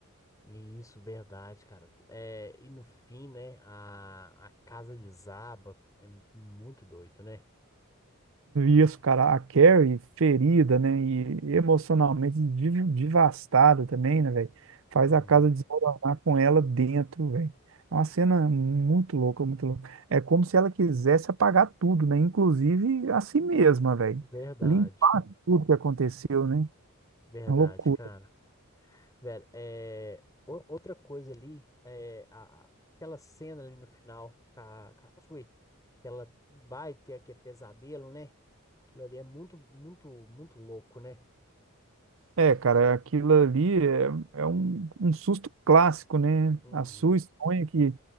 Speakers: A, on the left; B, on the right.
A: Isso, verdade, cara. É, e no fim, né, a, a casa desaba. É muito doido, né?
B: Isso, cara, a Carrie ferida, né? E emocionalmente dev- devastada também, né, velho? Faz
A: Uhum.
B: a casa desmoronar com ela dentro, velho. É uma cena muito louca, muito louca. É como se ela quisesse apagar tudo, né? Inclusive a si mesma, velho.
A: Verdade,
B: Limpar tudo que aconteceu, né?
A: verdade,
B: Uma loucura.
A: cara. Velho, é, o- outra coisa ali, é a, a- aquela cena ali no final com a, com a Tsui, que ela vai ter aquele pesadelo, né? Aquilo ali é muito, muito, muito louco, né?
B: É, cara, aquilo ali é, é um, um susto clássico, né?
A: Uhum,
B: A sua sonha que,